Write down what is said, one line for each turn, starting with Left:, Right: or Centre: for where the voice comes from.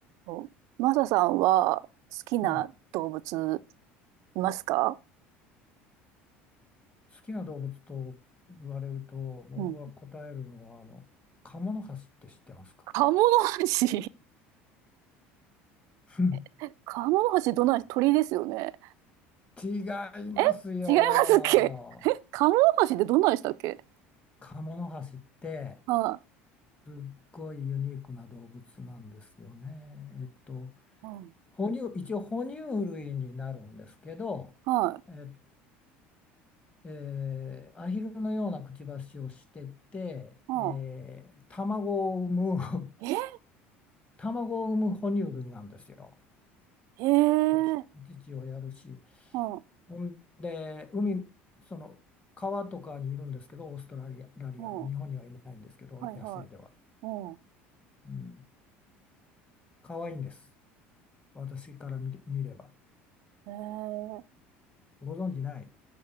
Right: そうマサさんは好きな動物
Left: はい、
Right: いますか
Left: 好きな動物と言われると僕は答えるのはあのカモノハシって知ってますか
Right: うん。カモノハシ
Left: ふん
Right: <laughs> カモノハシどんない鳥ですよね。
Left: <laughs> 違いますよ
Right: え違いますっけカモノハシってどんなんでしたっけ
Left: カモノハシって
Right: は
Left: すっごいユニークな動物なんですよねえっと
Right: い。うん。
Left: 哺乳一応哺乳類になるんですけど
Right: はい。
Left: え、えーアヒルのようなくちばしをしてて、
Right: うん。
Left: えー卵を産む <laughs>
Right: え
Left: 卵を産む哺乳類なんですよ
Right: へえ。
Left: おち、お乳をやるし、
Right: うん。はい。
Left: ほんで、海、その川とかにいるんですけど、オーストラリア、ラリアの日本にはいないんですけど、
Right: うん。はいはい。
Left: 野生では。
Right: うん。
Left: うん、可愛いんです。私から見れ、見れば。
Right: へえ。
Left: ご存じない。